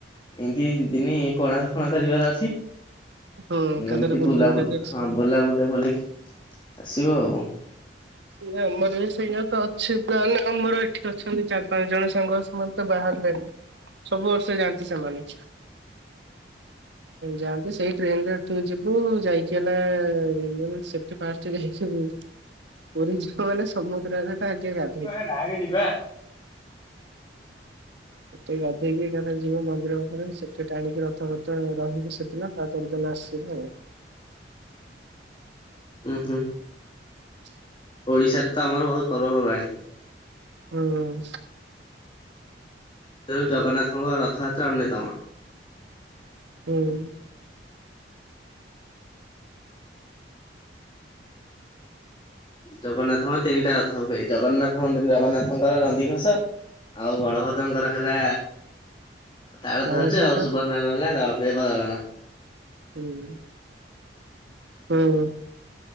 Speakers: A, on the left (about 25°); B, on the right (about 70°).
A: ଏମିତି ଦିଦିନି କଣା ଫଣା ଯିବାର ଅଛି।
B: ହୁଁ ଏକାଥରେ
A: ଏମିତି
B: ବୁଲି
A: ବୁଲାବୁଲା
B: ବୁଲାକି ଆସିବା।
A: ହଁ ବୁଲା ବୁଲା ବୁଲିକି ଆସିବ ଆଉ।
B: ସେ ଆମର ବି ସେଇଆ ତ ଅଛି ତାହେଲେ ଆମର ଏଠି ଅଛନ୍ତି ଚାରି ପାଞ୍ଚ ଜଣ ସାଙ୍ଗ। ସେମାନେ ତ ବାହାରିଲେଣି ସବୁ ବର୍ଷ ଯାଆନ୍ତି ସେମାନେ। ଯାଆନ୍ତି ସେଇ ଟ୍ରେନରେ ଏଠୁ ଯିବୁ ଯାଇକି ହେଲେ ସେଠି ଫଷ୍ଟ ଯାଇକିବୁ। ପୋ ଝିବ ବଲେ ସମୁଦ୍ରରେ ଆଜ୍ଞା।
A: ହ ଡାହାକେ ଯିବା।
B: ଏତେ ଗାଧେଇକି ଏକାଥରେ ଯିବ ମନ୍ଦିର ପାଖରେ ସେଠେ ଟାଣିକି ରଥପଥ ରହିବ ସେଦିନ। <unintelligible>
A: ହୁଁ ହୁଁ।
B: <inaudible>
A: ଓଡ଼ିଶାରେ ତ ଆମର ବହୁତ ପର୍ବପର୍ବାଣୀ।
B: ହୁଁ।
A: ତେଣୁ ଜଗନ୍ନାଥଙ୍କ ରଥଯାତ୍ରା ଅନ୍ୟତମ।
B: ହୁଁ
A: ଜଗନ୍ନାଥଙ୍କର ତିନିଟା ରଥ ହୁଏ ଜଗନ୍ନାଥ ମନ୍ଦିର ଜଗନ୍ନାଥଙ୍କର ରନ୍ଧିଘୋଷ ଆଉ ବଳଭଦ୍ରଙ୍କର ହେଲା ତାାର
B: ତାଳ
A: ଧରିଛ
B: ଧ୍ୱଜ
A: ଆଉ ସୁଭଧଙ୍ଗ ହେଲା ବ୍ୟବଲା ନା
B: ହୁଁ ହୁଁ